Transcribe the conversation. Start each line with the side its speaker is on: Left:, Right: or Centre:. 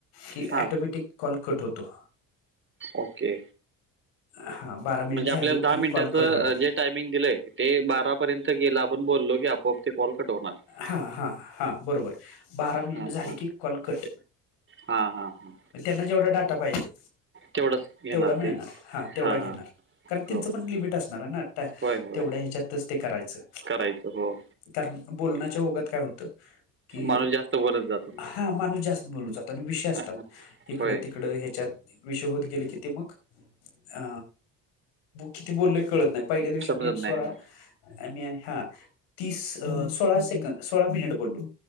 Left: कि
Right: हां
Left: टोमॅटिक कॉल कट होतो
Right: ओके
Left: हा बारा मिनिट
Right: म्हणजे
Left: झाले
Right: आपल्याला दहा
Left: की
Right: मिनिटचं
Left: कॉल कट होणार
Right: जेा दिय ते बारा पर्यंत गेलं आपण बोललो की आपोआप ते कॉल कटवणार
Left: हा हा हा बरोबर बारा मिनिट
Right: हां,
Left: झाले
Right: हां.
Left: की कॉलकट
Right: हां, हां, हां.
Left: त्यांना जेवढा डाटा पाहिजे
Right: तेवढंच घेणार
Left: तेवढा मिळणार
Right: ते.
Left: हा तेवढा
Right: हां.
Left: घेणार कारण त्यांचं
Right: हो,
Left: पण
Right: हो.
Left: लिमिट असणार आहे ना
Right: होय, होय.
Left: तेवढ्या ह्याच्यातच ते करायचं
Right: करायचं हो
Left: कार बोलण्याच्या ओगात काय होतं कि
Right: माणूस जास्त बोलत जातो.
Left: हा माणूस जास्त बोलू जातात आणि विषय असतात
Right: हां, हां.
Left: इकडं
Right: होय.
Left: तिकडं ह्याच्यात विषय होत गेले की ते मग अ किती बोलले कळत नाही पहिल्या दिवशी
Right: समजत
Left: मी स्वरा
Right: नाही. हो.
Left: मी हा तीस सोळा सेकं सोळा मिनिट बोललो